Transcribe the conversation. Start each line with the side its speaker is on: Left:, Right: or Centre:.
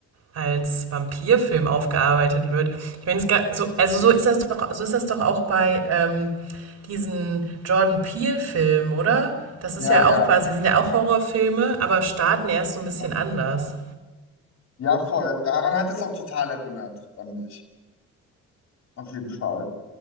Right: als Vampirfilm aufgearbeitet wird. Ich meine, es ga- so, also so ist das doch, so ist das doch auch bei ähm, diesen Jordan Peele-Filmen, oder? Das
Left: Ja,
Right: ist ja
Left: ja,
Right: auch quasi, sind ja auch Horrorfilme, aber starten erst so ein bisschen
Left: ja.
Right: anders.
Left: Ja, voll. Daran hat es auch total erinnert, fand ich. Auf jeden Fall.